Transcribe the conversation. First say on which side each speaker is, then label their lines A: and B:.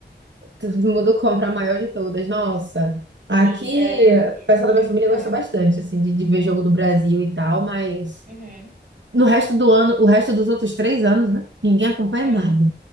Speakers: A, on the right; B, on the right.
A: Todo mundo <laughs> compra a maior de todas. Nossa, aqui
B: enfim, é,
A: o pessoal
B: é,
A: da minha família gosta
B: ah,
A: bastante, assim, de, de ver jogo do Brasil e tal, mas
B: uhum,
A: no resto do ano, o resto dos outros três anos, né? Ninguém acompanha
B: uhum.
A: nada.